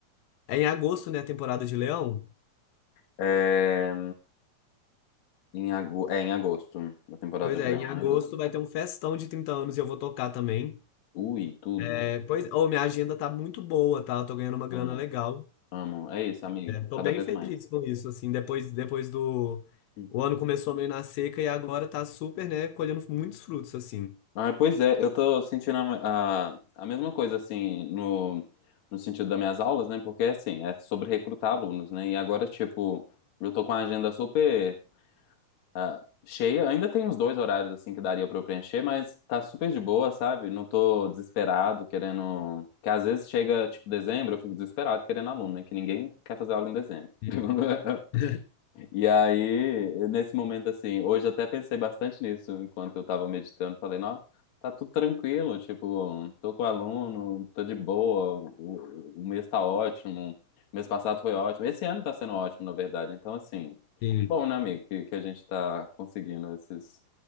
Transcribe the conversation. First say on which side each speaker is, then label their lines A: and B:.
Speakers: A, on the left; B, on the left.
A: É em agosto, né? A temporada de Leão.
B: É... Em ago... é em agosto. A temporada
A: Pois é,
B: de Leão
A: em agosto
B: é em agosto.
A: vai ter um festão de 30 anos e eu vou tocar também.
B: Ui, tudo.
A: É, pois, oh, minha agenda tá muito boa, tá? Eu tô ganhando uma
B: Amo,
A: grana legal.
B: amo. É isso, amigo.
A: Tô
B: Cada
A: bem
B: vez
A: feliz
B: mais.
A: com isso, assim, depois, depois do...
B: Hum.
A: O ano começou meio na seca e agora tá super, né, colhendo muitos frutos, assim.
B: Ah, pois é, eu tô sentindo a, a, a mesma coisa, assim, no, no sentido das minhas aulas, né? Porque, assim, é sobre recrutar alunos, né? E agora, tipo, eu tô com a agenda super ah, cheia. Ainda tem uns dois horários, assim, que daria pra eu preencher, mas tá super de boa, sabe? Não tô desesperado, querendo... Que às vezes chega, tipo, dezembro, eu fico desesperado querendo aluno, né? Que ninguém quer fazer aula em dezembro.
A: Sim,
B: <laughs>
A: <laughs>
B: E aí, nesse momento assim, hoje até pensei bastante nisso enquanto eu tava meditando. Falei, não, tá tudo tranquilo, tipo, tô com aluno, tô de boa, o, o mês tá ótimo, o mês passado foi ótimo, esse ano tá sendo ótimo, na verdade. Então, assim,
A: sim,
B: que bom, né, amigo, que, que a gente tá conseguindo esses,